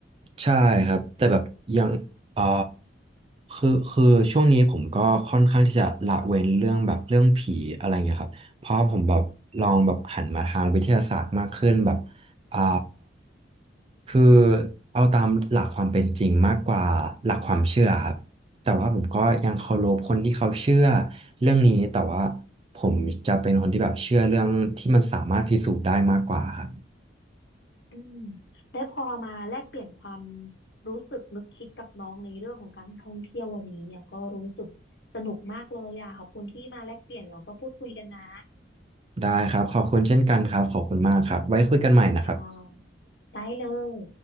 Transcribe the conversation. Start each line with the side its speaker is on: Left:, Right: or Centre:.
Right: ใช่ครับแต่แบบยังเอ่อคือคือช่วงนี้ผมก็ค่อนข้างที่จะละเว้นเรื่องแบบเรื่องผีอะไรเงี้ยครับเพราะผมแบบลองแบบหันมาทางวิทยาศาสตร์มากขึ้นแบบอ่าคือเอาตามหลักความเป็นจริงมากกว่าหลักความเชื่อครับแต่ว่าผมก็ยังเคารพคนที่เขาเชื่อเรื่องนี้แต่ว่าผมจะเป็นคนที่แบบเชื่อเรื่องที่มันสามารถพิสูจน์ได้มากกว่าครับ
Left: อืมได้พอมาแลกเปลี่ยนความรู้สึกนึกคิดกับน้องในเรื่องของการท่องเที่ยววันนี้เนี่ยก็รู้สึกสนุกมากเลยอ่ะขอบคุณที่มาแลกเปลี่ยนเราก็พูดคุยกันนะ
Right: ได้ครับขอบคุณเช่นกันครับขอบคุณมากครับไว้คุยกันใหม่นะครับ
Left: ค่ะได้เลย